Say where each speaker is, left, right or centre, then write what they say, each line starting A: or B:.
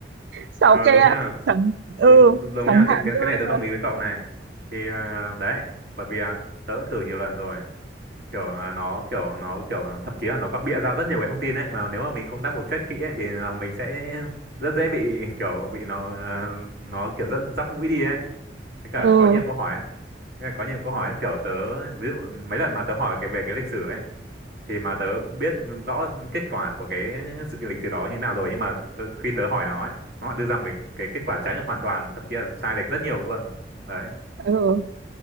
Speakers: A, on the right; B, on the right.
A: <laughs> xạo
B: Ờ,
A: ke
B: đúng nha
A: chẳng
B: đúng
A: ừ
B: đúng
A: chẳng
B: nha cái
A: hạn
B: cái
A: như
B: cái này
A: là
B: tớ đồng ý với cậu này thì ờ, đấy bởi vì à, tớ cũng thử nhiều lần rồi kiểu là nó kiểu nó kiểu thậm chí là nó còn bịa ra rất nhiều cái thông tin đấy, mà nếu mà mình không double check kỹ ấy thì là mình sẽ rất dễ bị <laughs> kiểu bị nó ờ, nó kiểu rất dắp mũi đi ấy với cả
A: ừ
B: có nhiều câu hỏi ấy. Với cả có nhiều câu hỏi ấy, kiểu tớ ví dụ mấy lần mà tớ hỏi về cái về cái lịch sử ấy thì mà tớ biết rõ kết quả của cái sự cái lịch sử đó như nào rồi nhưng mà tớ, khi tớ hỏi nó ấy nó đưa ra một cái, cái kết quả trái ngược hoàn toàn thậm chí là sai lệch rất nhiều luôn đấy
A: ừ